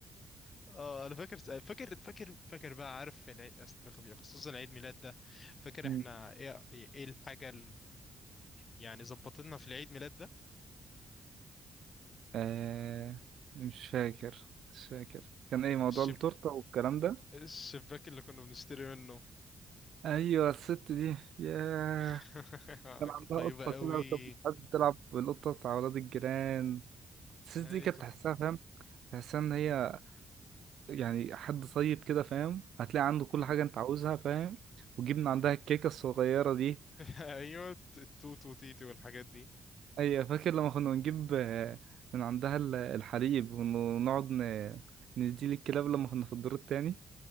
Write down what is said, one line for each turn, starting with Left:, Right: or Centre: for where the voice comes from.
Left: اه انا فاكر فاكر فاكر فاكر بقى عارف العيد أس- بخ- خصوصا عيد ميلاد ده فاكر
Right: مم.
Left: احنا ايه ايه الحاجه يعني ظبط لنا في العيد ميلاد ده
Right: آه مش فاكر مش فاكر كان ايه موضوع
Left: الشب...
Right: التورته والكلام ده
Left: الشباك اللي كنا بنشتري منه
Right: ايوه الست دي ياه
Left: <laughs>
Right: كان عندها
Left: كانت طيبة
Right: قطه
Left: قوي
Right: كده كانت بتحب تلعب بالقطه بتاع ولاد الجيران الست
Left: هي
Right: دي كانت
Left: كانت
Right: تحسها فاهم تحسها ان هي
Left: مم،
Right: يعني حد طيب كده فاهم هتلاقي عنده كل
Left: مم،
Right: حاجه انت عاوزها فاهم وجبنا
Left: مم.
Right: عندها الكيكه الصغيره دي
Left: <laughs> ايوه التوت وتيتي والحاجات دي
Right: ايوه فاكر لما كنا بنجيب آه، من عندها ال- الحليب ونقعد ن- نديه للكلاب لما كنا في الدور التاني